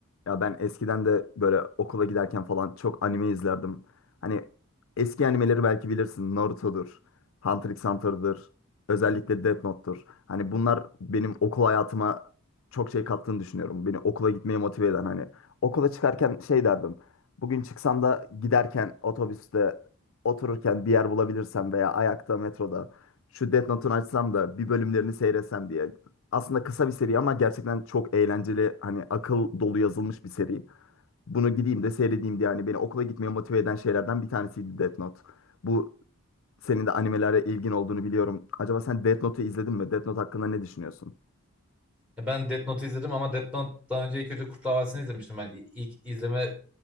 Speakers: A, on the left; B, in the centre.
A: Ya ben eskiden de böyle okula giderken falan çok anime izlerdim. Hani eski animeleri belki bilirsin. Naruto'dur, Hunter x Hunter'dır, özellikle Death Note'tur. Hani bunlar benim okul hayatıma çok şey kattığını düşünüyorum. Beni okula gitmeye motive eden hani. Okula çıkarken şey derdim. Bugün çıksam da giderken otobüste otururken bir yer bulabilirsem veya ayakta metroda şu Death Note'un açsam da bir bölümlerini seyretsem diye aslında kısa bir seri ama gerçekten çok eğlenceli hani akıl dolu yazılmış bir seri. Bunu gideyim de seyredeyim diye yani beni okula gitmeye motive eden şeylerden bir tanesiydi Death Note. Bu senin de animelere ilgin olduğunu biliyorum. Acaba sen Death Note'u izledin mi? Death Note hakkında ne düşünüyorsun?
B: Ya Ben Death Note izledim ama Death Note'dan önce ilk önce Kurtlar Vadisi'ni izlemiştim. Ben İ- ilk izleme